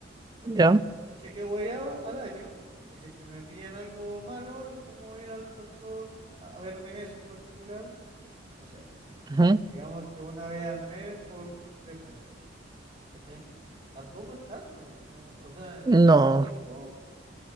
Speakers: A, on the right (about 40°); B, on the right (about 20°).
A: es
B: ¿Ya?
A: como un chequeo guiado al año, y si es que me pillan algo malo, es como ir al doctor a, a verme eso en particular, no sé,
B: Ujú.
A: digamos que una vez al mes por tres meses, ¿cachai? Tampoco es tanto, no, o sea,
B: No.
A: en, en tiempo